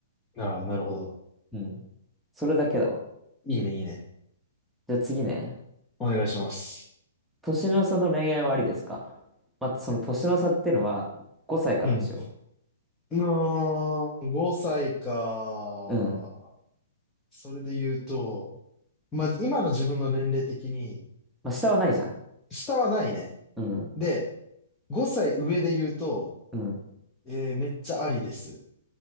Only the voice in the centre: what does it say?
うん。それだけだわ。
じゃあ次ね。
年の差の恋愛はありですかまあ、その年の差っていうのは5歳からにしよ
う。うん。
まあ、下はないじゃん。
うん。
うん。